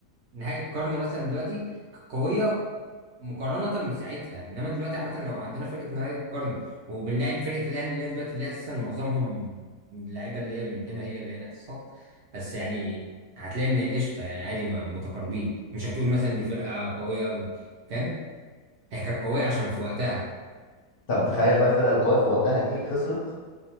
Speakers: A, on the right; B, on the left.
A: نهائي القرن مثلا دلوقتي كانت قويه مقارنه بساعتها انما دلوقتي عامه لو عندنا فرقه نهائي القرن وبنلعب فرقه الاهلي اللي هي دلوقتي اللي هي اساسا معظمهم اللعيبه اللي هي من هنا هي اللي هنا اساسا بس يعني هتلاقي ان قشطه يعني عادي م- متقاربين مش هتقول مثلا دي فرقه قويه قوي فاهم هي كانت قوية عشان في وقتها
B: طب تخيل بقى الفرقه القويه في وقتها دي خسرت